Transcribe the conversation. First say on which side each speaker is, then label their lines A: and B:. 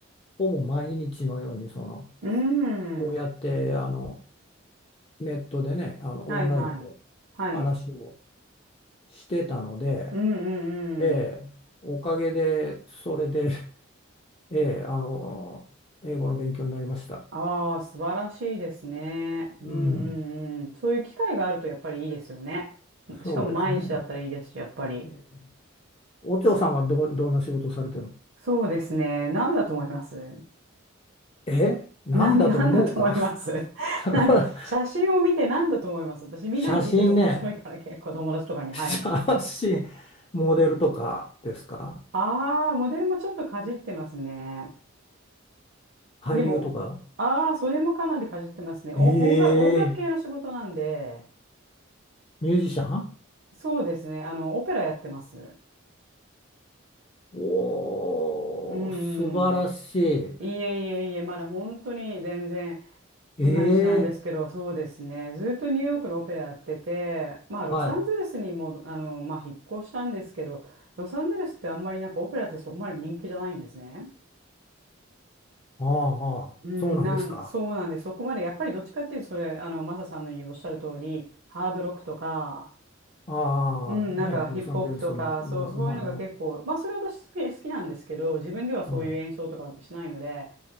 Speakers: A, on the left (about 30°); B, on the right (about 55°).
A: ほぼ毎日のようにその
B: ーん。
A: こうやってあのネットでねあのオンラインで
B: はいはい。はい。
A: 話をしてたので、
B: うんうんうん。
A: ええ、おかげでそれで、<laughs> ええ、あの英語の勉強になりました。
B: ああ、素晴らしいですね。うんう
A: うん、
B: んうん。そういう機会があるとやっぱりいいですよね。しかも毎日だったらいいですし、
A: そうですね。
B: やっぱり。
A: ええお嬢さんはどう、
B: そ、
A: どんな仕事をされてるの
B: そうですね。何だと思います
A: え、なんだと思うか
B: なん、なんだと思います <laughs>
A: <laughs>
B: なんか、写真を見て何だと思います私、みんなに聞いてる面白いから結構友達とかに。
A: 写真ね。<laughs> <laughs>
B: はい。
A: 写真、モデルとかですか
B: ああ、モデルもちょっとかじってますね。
A: 俳優とか
B: でも、ああ、それもかなりかじってますね。お、
A: ええ
B: 音楽、音楽系の仕事なんで、
A: ミュージシャン
B: そうですね。あの、オペラやってます。
A: おー、
B: うん。
A: 素晴らしい。
B: いえいえいえ、まだ本当に全然
A: ええ
B: いまいちなんですけど、そうですね。ずっとニューヨークのオペラやってて、まあ、ロサンゼルスにも、
A: はい。
B: あの、まあ、引っ越したんですけど、ロサンゼルスってあんまりなんかオペラってそこまで人気じゃないんですね。
A: ああ、はあ、
B: うん、
A: そうなんですか。
B: なん、そうなんで、そこまで、やっぱりどっちかっていうと、それ、あの、マサさんの言うおっしゃる通り、ハードロックとか、
A: ああ、
B: うん、なんかヒップホップとか、
A: ね、ロサンゼルス、ま、
B: そう、
A: ま、
B: そういうのが結構、
A: ま、ま、
B: まあそれ私好き、好きなんですけど、自分ではそういう演奏とかしないので、
A: は